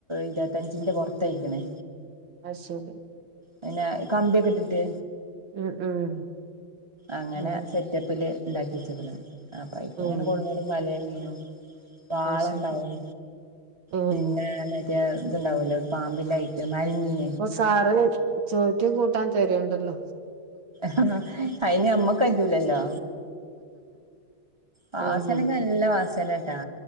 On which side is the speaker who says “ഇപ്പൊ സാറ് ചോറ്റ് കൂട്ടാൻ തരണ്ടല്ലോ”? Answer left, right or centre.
Right